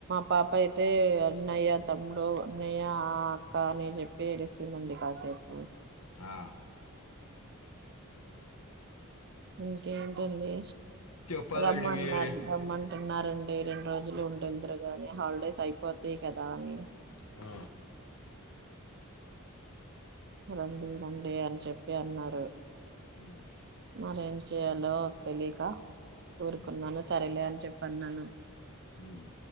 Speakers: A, on the right (about 50°); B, on the left (about 80°).
A: పాప అయితే అన్నయ్య తమ్ముడు అన్నయ్య అక్క అని చెప్పి ఏడుస్తున్దండి కాసేపు ఓ
B: ఆ
A: ఇంకేేంటండి
B: చెప్పాలండి
A: రమన్న్నారు
B: మీరే
A: రమన్ ఉన్నారుఅంది రెండు రోజులు ఉండేదురుగాని హాలిడేస్ అయిపోతాయి కదా అని
B: ఆ
A: రండి రండి అని చెప్ ప్పి అన్నారు
B: హమ్
A: మరేం చెయాలో తెలియక ఊరుకున్నాను
B: ఉమ్,
A: సరేలే అన్ చెప్పిన్నను
B: ఉమ్,